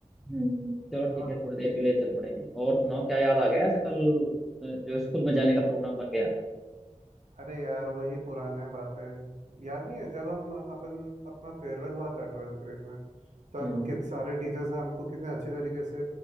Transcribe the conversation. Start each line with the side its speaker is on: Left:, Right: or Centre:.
Centre: हम्म, चलो ठीक
Right: है ना
Centre: है थोड़ी देर के लिए चल पड़ेंगे और सुनाओ क्या याद आ गया ऐसा कल अ, जो स्कूल में जाने का प्रोग्राम बन गया
Right: अरे यार वही पुराने बातें याद नहीं है जब हम अपन अपना फेयरवेल हुआ था ट्वेल्थ ग्रेड में तब
Centre: हम्म
Right: कित सारे टीचर्स ने हमको कितने अच्छी तरीके से